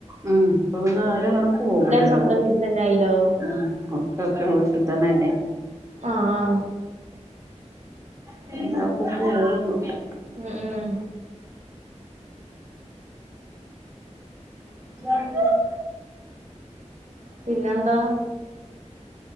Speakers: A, on the right; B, on the right.
A: ഉം പ്പൊ പിന്നെ ആരും അങ്ങനെ പോകൂലല്ലോ
B: സ്വന്തം
A: കു
B: വീട്ടിൽ തന്നെ ആയില്ലോ
A: ഉം ഒക്കെക്കെ വീട്ട് തന്നെല്ലേ
B: ആഹ്
A: പിന്നെ എവ്ക്കും പോവൊന്നുല്ല
B: ഉം ഉം
A: <unintelligible>
B: പിന്നെന്താ